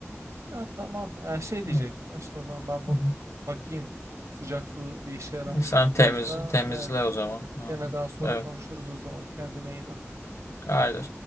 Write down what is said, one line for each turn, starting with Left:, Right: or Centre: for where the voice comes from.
Right: Ha, tamam ha, şey diyecek
Left: Hı.
Right: işte o zaman ben bunu
Left: Hı.
Right: bakayım sıcak su bir işe yaramış
Left: hı. Sen
Right: mı
Left: temiz
Right: biraz daha.
Left: temizle o zaman. Hı.
Right: Gene daha sonra
Left: Evet.
Right: konuşuruz o zaman. Kendine iyi bak.
Left: Haydi.